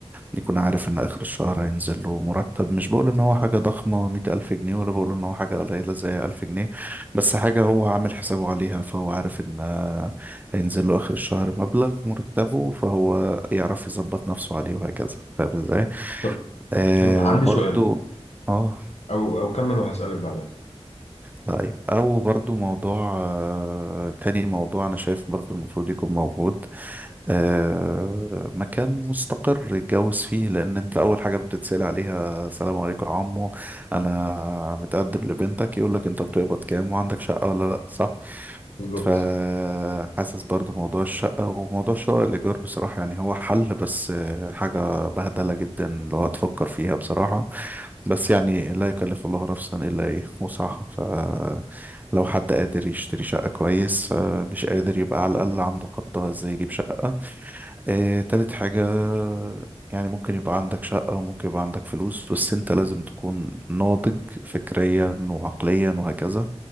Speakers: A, on the right; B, on the left.
A: يكون عارف ان اخر الشهر هينزل له مرتب مش بقول ان هو حاجة ضخمة مئة الف جنيه ولا بقول ان هو حاجة قليلة زي الف جنيه بس حاجة هو عامل حسابه عليها فهو عارف ان آه، هينزل له اخر الشهر مبلغ مرتبه فهو يعرف يظبط نفسه عليه وهكذا فاهم ازاي
B: طب
A: آه
B: عندي
A: برضو
B: سؤال
A: اه
B: أو أو كمل وهسألك بعدها
A: طيب او برضو موضوع آه تاني موضوع انا شايف برضو المفروض يكون موجود آه مكان مستقر يتجوز فيه لان انت اول حاجة بتتسأل عليها السلام عليكم يا عمو انا متقدم لبنتك يقول لك انت بتقبض كام وعندك شقة ولا لا صح
B: بالظبط
A: فحاسس برضو موضوع الشقة وموضوع شقة الإيجار بصراحة يعني هو حل بس آه، حاجة بهدلة جدا لو هتفكر فيها بصراحة بس يعني لا يكلف الله نفسا إلا إيه وسعها فلو حد قادر يشتري شقة كويس آه، مش قادر يبقى على الأقل عنده خطة إزاي يجيب شقة آه، تالت حاجة يعني ممكن يبقى عندك شقة وممكن يبقى عندك فلوس بس أنت لازم تكون ناضج فكريا وعقليا وهكذا